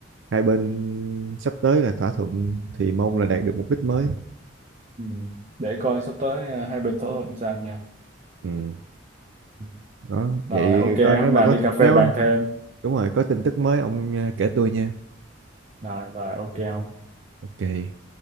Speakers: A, on the right; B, on the right.
A: hai bên sắp tới là thỏa thuận thì mong là đạt được mục đích mới
B: ừ. để coi sắp tới ờ, hai bên thỏa thuận sao nhau
A: ừ,
B: Ừ.
A: đó
B: rồi
A: vậy
B: ok
A: có
B: hôm
A: nếu mà
B: nào
A: có
B: đi cà phê
A: nếu
B: bàn thêm
A: đúng rồi có tin tức mới ông à, kể tôi nha
B: rồi rồi ok không
A: ok